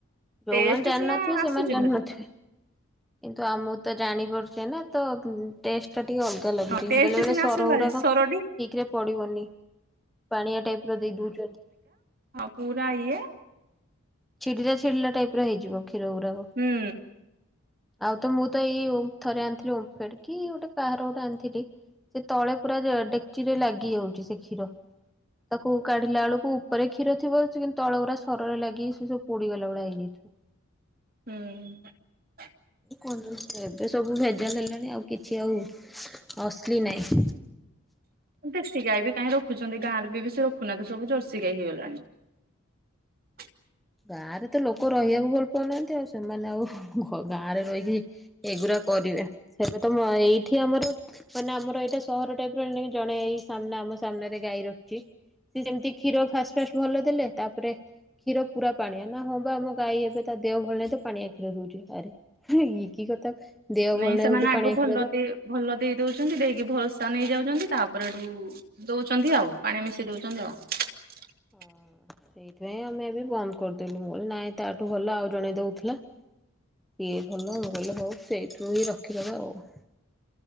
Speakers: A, in the centre; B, on the right.
A: ଯୋଉମାନେ
B: ଟେଷ୍ଟ
A: ଜାଣିନଥିବେ
B: ସିନା ଆସୁଛି
A: ସେମାନେ ଜାଣିନଥିବେ।
B: ଭାରି
A: କିନ୍ତୁ ଆମକୁ ତ ଜାଣିପାରୁଚେ ନା ତ ଟେଷ୍ଟ ଟା ଟିକେ ଅଲଗା- <unintelligible> ଲାଗୁଚି
B: ହଁ ଟେଷ୍ଟ
A: ବେଳେ ବେଳେ
B: ସିନା
A: ସରଗୁଡାକ
B: ଆସୁଛି ଭାରି ସରଟି
A: ଠିକ୍ ରେ ପଡିବନି- ପାଣିଆ ଟାଇପର ଦେଇ ଦଉଚନ୍ତି-
B: ହ ପୁରା ଇଏ-
A: ଛିଡିଲା ଛିଡିଲା ଟାଇପର ହେଇଯିବ କ୍ଷୀର ଗୁରାକ -
B: ହୁଁ।
A: ଆଉ ତ ମୁଁ ତ ଏଇ ଥରେ ଆଣିଥିଲି ଓମଫେଡ କି ଗୋଟେ କାହାର ଗୋଟେ ଆଣିଥିଲି ସେ ତଳେ ପୁରା ଜ ଡେକ୍ଚିରେ ଲାଗି ଯାଉଚି ସେ କ୍ଷୀର ତାକୁ କାଢିଲା ଏଳୁକୁ - ଉପରେ କ୍ଷୀରଥିବ ସେ କିନ୍ତୁ ତଳ ଗୁରା ସରରେ ଲାଗି ସେ ସବୁ ପୋଡିଗଲା ଭଳିଆ ହେଇଯାଇଥିବ
B: ହୁଁ
A: କଞ୍ଜୁସ ଏବେ ସବୁ ଭେଜାଲ ହେଲାଣି ଆଉ କିଛି ଆଉ ଅସଲି ନାଇଁ
B: ଦେଶୀ ଗାଈ ବି କାହିଁ ରଖୁଛନ୍ତି ଗାଁରେ ବି ବେଶୀ ରଖୁନାହାନ୍ତି ସବୁ ଜର୍ସି ଗାଈ ହେଇଗଲାଣି <inaudible>
A: ଗାଁରେ ତ ଲୋକ ରହିବାକୁ ଭଲ ପାଉନାହାନ୍ତି। ଆଉ ସେମାନେ ଆଉ ଗାଁରେ ରହିକି ଏଗୁୁରା କରିବେ ଏବେ ତ ମ ଏଇଠି ଆମର ମାନେ ଆମର ଏଇଟା ସହର ଟାଇପର ଜଣେ ଏଇ ସାମ୍ନା ଆମ ସାମ୍ନାରେ ଗାଈ ରଖେ। ସେ ସେମିତି କ୍ଷୀର ଫାଷ୍ଟ ଫାଷ୍ଟ ଭଲ ଦେଲେ ତାପରେ କ୍ଷୀର ପୁରା ପାଣିଆ ନା ହଁ ବା ଆମ ଗାଈ ଏବେ ତା ଦେହ ଭଲ ନାହିଁ ତ ପାଣିଆ କ୍ଷୀର ଦଉଛି ଆରେ ଇଏ କି କଥା ଦେହ
B: ନାଇଁ
A: ଭଲ
B: ସେମାନେ
A: ନାହିଁ ବୋଲି
B: ଆଗ
A: ପାଣିଆ
B: ଭଲ
A: କ୍ଷୀର ଦବ।
B: ଦେଇ ଭଲ ଦେଇ ଦଉଛନ୍ତି ଦେଇକି ଭରସା ନେଇଯାଉଛନ୍ତି ତାପରେ ଏଠୁ ଦଉଛନ୍ତି ଆଉ ପାଣି ମିଶେଇ ଦଉଛନ୍ତି ଆଉ। <inaudible>
A: ହଁ ସେଇଥିପାଇଁ ଆମେ ଏବେ ବନ୍ଦ କରିଦେଲୁ ମୁଁ ନାଇଁ ତାଠୁ ଭଲ ଆଉ ଜଣେ ଦଉଥିଲା। କିଏ ଭଲ ମୁଁ କହିଲି ହଉ ସେଇଠୁ ହିଁ ରଖିଦବା ଆଉ।